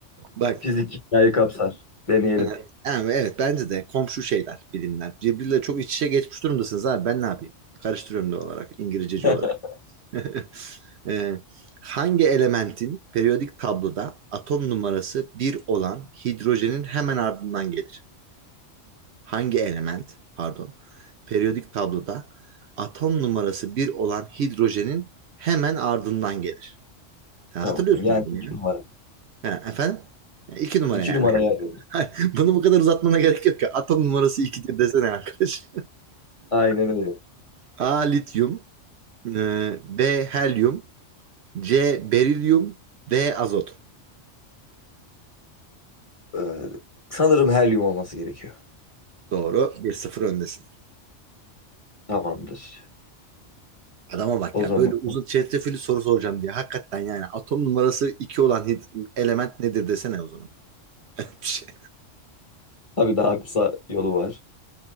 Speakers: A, on the right; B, on the left.
A: Bak.
B: Fizik hikayeyi kapsar. Deneyelim.
A: Evet, evet bence de komşu şeyler, bilimler. Cebril'le çok iç içe geçmiş durumdasınız abi ben ne yapayım? Karıştırıyorum da olarak İngilizceci
B: <laughs>
A: olarak. <laughs> Ee, hangi elementin periyodik tabloda atom numarası bir olan hidrojenin hemen ardından gelir? Hangi element, pardon, periyodik tabloda atom numarası bir olan hidrojenin hemen ardından gelir? Sen
B: Tamam.
A: hatırlıyorsundur
B: Yani
A: bunu
B: iki
A: ya.
B: numara.
A: Ha, efendim? Ya, İki numara
B: İki
A: yani.
B: numara yer verir.
A: <laughs> Bunu bu kadar uzatmana gerek yok ya. Atom numarası 2'dir desene arkadaş.
B: Aynen öyle.
A: <laughs> A. Lityum e, B. Helyum C. Berilyum D. Azot
B: Ee, sanırım helyum olması gerekiyor.
A: Doğru. bir sıfır öndesin.
B: Tamamdır.
A: Adama bak
B: O
A: ya.
B: zaman
A: Böyle uzun çetrefilli soru soracağım diye. Hakikaten yani atom numarası 2 olan hid- element nedir desene o zaman. <laughs> Bir şey.
B: tabii daha kısa yolu var.